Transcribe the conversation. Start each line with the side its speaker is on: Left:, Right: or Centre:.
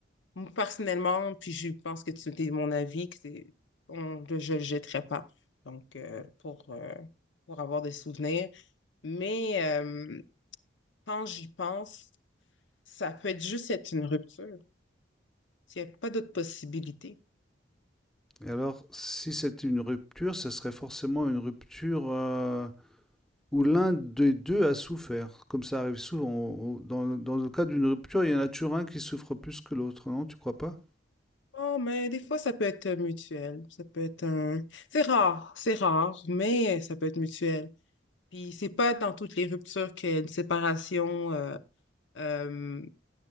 Left: moi, personnellement, puis je pense que tu es mon avis, que c'est, on, je le jetterai pas. Donc, euh, pour, euh, pour avoir des souvenirs. Mais euh, quand j'y pense, ça peut être juste être une rupture. Il n'y a pas d'autre possibilité.
Centre: Et alors, si c'était une rupture, ça serait forcément une rupture euh, où l'un des deux a souffert, comme ça arrive souvent. On- on- Dans, dans le cas d'une rupture, il y en a toujours un qui souffre plus que l'autre, non? Tu crois pas?
Left: Oh, mais des fois, ça peut être mutuel. Ça peut être un... C'est rare, c'est rare, mais ça peut être mutuel. Puis c'est pas dans toutes les ruptures qu'il y a une séparation euh, euh,